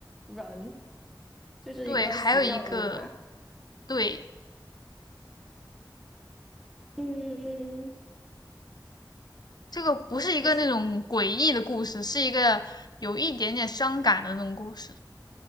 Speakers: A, in the centre; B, on the left.
A: 人，就是一个死掉的人嘛？
B: 对，还有一个，对，
A: 嗯，
B: 这个不是一个那种诡异的故事，
A: 可是
B: 是一个有一点点伤感的那种故事。